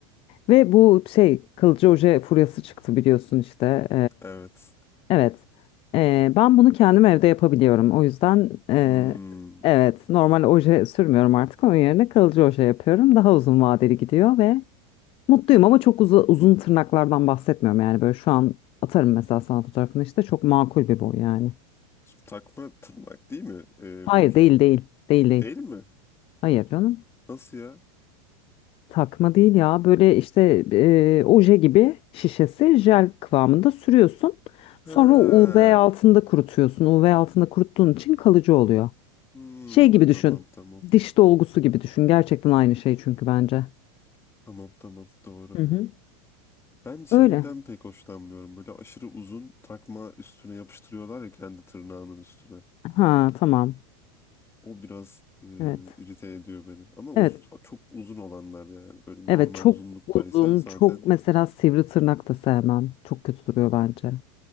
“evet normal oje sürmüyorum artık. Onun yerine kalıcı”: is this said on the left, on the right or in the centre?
Left